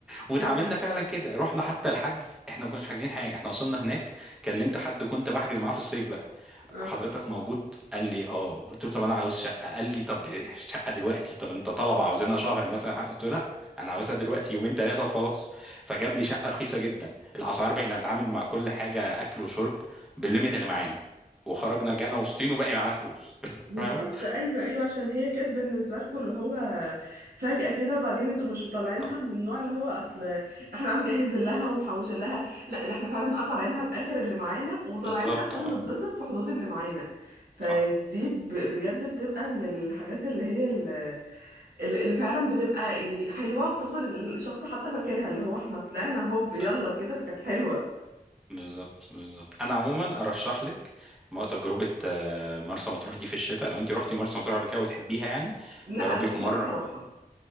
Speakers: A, in the centre; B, on the right.
A: واتعاملنا
B: ال-
A: فعلا كده رحنا حتى الحجز احنا ما كناش حاجزين حاجه احنا وصلنا هناك كلمت حد كنت بحجز معاه في الصيف بقى
B: اه
A: حضرتك موجود قال لي اه قلت له طب انا عاوز شقه قال لي طب شقه دلوقتي طب انت طلبه عاوزينها شهر مثلا قلت له لا انا عاوزها دلوقتي يومين ثلاثه وخلاص فجاب لي شقه رخيصه جدا الاسعار بقينا نتعامل مع كل حاجه اكل وشرب بالليميت اللي معانا وخرجنا رجعنا مبسوطين وباقي معانا فلوس <laughs>
B: بالظبط
A: فاهم
B: ايوه ايوه عشان هي جت بالنسبه لكم اللي هو فجاه كده وبعدين انتوا مش مطلعينها
A: آه،
B: من النوع اللي هو اصل احنا بقى مجهزين لها ومحوشين لها لا ده احنا فعلا بقى طالعينها باخر اللي معانا وطالعينها
A: بالظبط
B: عشان
A: اه
B: نتبسط في حدود اللي معانا فدي
A: صح
B: ب- بجد بتبقى من الحاجات اللي هي اللي, اللي فعلا بتبقى يعني حلوه وبتفضل الشخص حتى فاكرها اللي هو احنا طلعنا هوب
A: صح
B: يلا كده فكانت حلوه
A: بالظبط بالظبط انا عموما ارشح لك م- تجربه آه، مرسى مطروح دي في الشتاء لو انت رحتي مرسى مطروح قبل كده وتحبيها يعني
B: لا
A: جربي
B: انا
A: في
B: نفسي
A: مره
B: اروحها